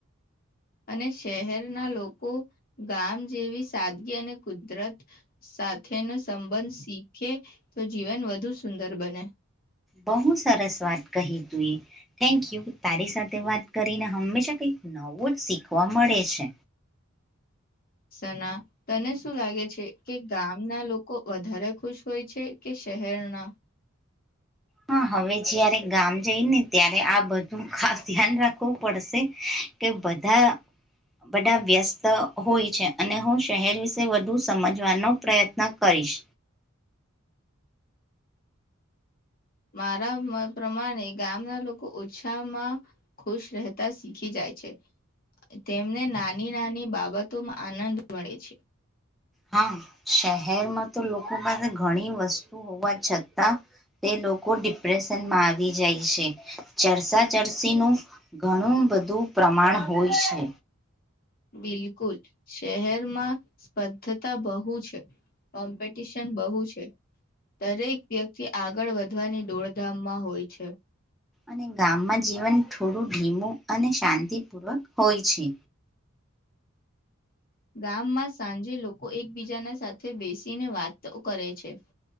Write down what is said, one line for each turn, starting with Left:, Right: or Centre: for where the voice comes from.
Left: અને શહેરના લોકો ગામ જેવી સાદગી અને કુદરત સાથેનો સંબંધ શીખે તો જીવન વધુ સુંદર બને.
Centre: બહુ સરસ વાત કહી તું એ થેન્ક યુ. તારી સાથે વાત કરીને હંમેશા કંઈક નવો જ શીખવા મળે છે.
Left: સના તને શું લાગે છે કે ગામના લોકો વધારે ખુશ હોય છે કે શહેરના?
Centre: હા હવે જયારે ગામ જઈ ને ત્યારે આ બધું ખાસ ધ્યાન રાખવું પડશે કે બધા બધા વ્યસ્ત હોય છે, અને હું શહેર વિશે વધુ સમજવાનો પ્રયત્ન કરીશ.
Left: મારા મત પ્રમાણે ગામના લોકો ઓછહમાં ખુશ રહેતા શીખી જાય છે, તેમને નાની નાની બાબતોમાં આનંદ મળે છે.
Centre: હા શહેરમાં તો લોકો પાસે ઘણી વસ્તુ હોવા છતાં તે લોકો ડિપ્રેશનમાં આવી જાય છે. ચરસા ચરસીનું ઘણું બધું પ્રમાણ હોય છે.
Left: બિલકુલ શહેરમાં સ્પધતા બહુ છે, કોમ્પિટિશન બહુ છે દરેક વ્યક્તિ આગળ વધવાની દોડધામમાં હોય છે.
Centre: અને ગામમાં જીવન થોડું ધીમું અને શાંતિપૂર્વક હોય છે.
Left: ગામમાં સાંજે લોકો એકબીજાના સાથે બેસીને વાતો કરે છે.